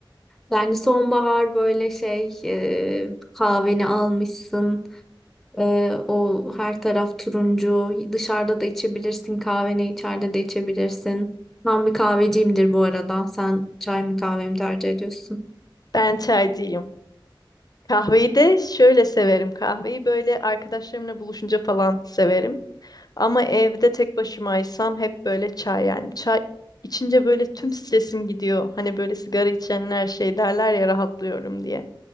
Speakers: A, in the centre; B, on the left.
A: Yani sonbahar böyle şey e, kahveni almışsın. E, o her taraf turuncu. Dışarıda da içebilirsin kahveni içeride de içebilirsin. Ben bir kahveciyimdir bu arada. Sen çay mı kahve mi tercih ediyorsun?
B: Ben çaycıyım. Kahveyi de şöyle severim. Kahveyi böyle arkadaşlarımla buluşunca falan severim. Ama evde tek başımaysam hep böyle çay yani. Çay içince böyle tüm stresim gidiyor. Hani böyle sigara içenler şey derler ya rahatlıyorum diye.